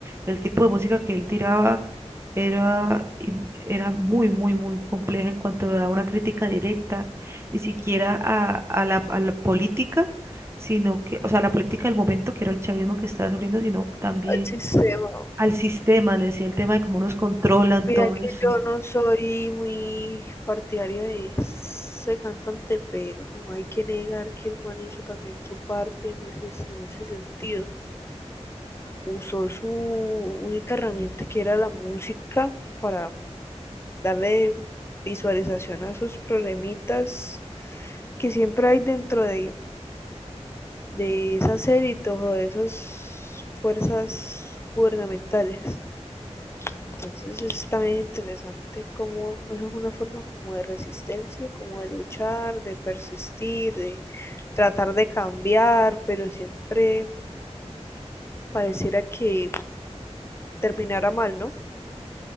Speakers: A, on the right; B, on the left.
A: El tipo de música que él tiraba era, in- era muy, muy, muy compleja en cuanto a una crítica directa, ni siquiera a, a la, a la política, sino que, o sea, la política del momento, que era el chavismo que estaba sufriendo, sino también
B: al sistema.
A: al sistema, le decía el tema de cómo nos controlan
B: Mira
A: todo
B: que
A: eso.
B: yo no soy muy partidaria de ese cantante, pero no hay que negar que el man hizo también su parte en ese, en ese sentido. Usó su única herramienta que era la música para darle visualización a sus problemitas que siempre hay dentro de, de esas élites o de esas fuerzas gubernamentales. Entonces es también interesante como es una forma como de resistencia, como de luchar, de persistir, de tratar de cambiar, pero siempre pareciera que terminara mal, ¿no?